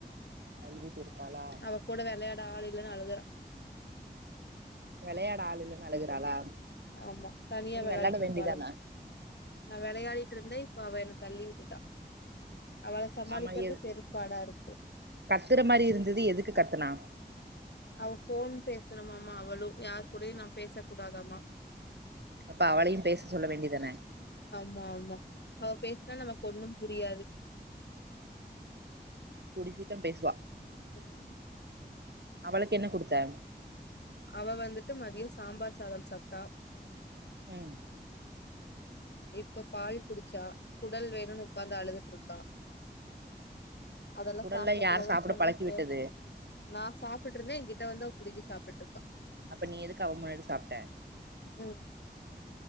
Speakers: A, on the right; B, on the left.
A: அழுதுட்டு இருக்காளா
B: அவ கூட விளையாட ஆள் இல்லைன்னு அழுகுறா.
A: விளையாட ஆளுல்லைன்னு அழுகுறாளா.
B: ஆமா தனியா
A: நீ
B: விளையாடிட்டு
A: வெளாட
B: இருக்காலாம்.
A: வேண்டிதான
B: நா விளையாடிட்டு இருந்தே. இப்ப அவ என்னை தள்ளி விட்டுட்டா அவளை சமாளிக்கிறது
A: ஆமா எ
B: பெரும்பாடா இருக்கு
A: கத்துற மாதிரி இருந்தது எதுக்கு கத்துனா
B: அவ போன் பேசனுமாமா அவளும் யார் கூடம் நான் பேச கூடாதாமா
A: அப்ப அவளையும் பேச சொல்ல வேண்டியதானே
B: ஆமா ஆமா அவ பேசுனா நமக்கு ஒண்ணும் புரியாது
A: கூடிய சீக்கிரம் பேசுவா
B: உஹம் உம்
A: அவளுக்கு என்ன கொடுத்தா
B: அவ வந்துட்டு மதியம் சாம்பார் சாதம் சாப்பிட்டா
A: உம்
B: இப்ப பால் குடிச்சா குடல் வேணும்னு உட்கார்ந்து அழுதுட்டு இருக்கா அதெல்லாம்
A: குடல்ல
B: சாப்பிட
A: யார்
B: கூடாதுன்னு
A: சாப்ட
B: சொன்னே
A: பழக்கி
B: கே
A: விட்டது
B: நான் சாப்பிட்டு இருந்தேன் இங்க புடுங்கி சாப்டுட்டு இருக்கா
A: அப்ப நீ எதுக்கு அவ முன்னாட்டு சாப்பிட்ட
B: உம்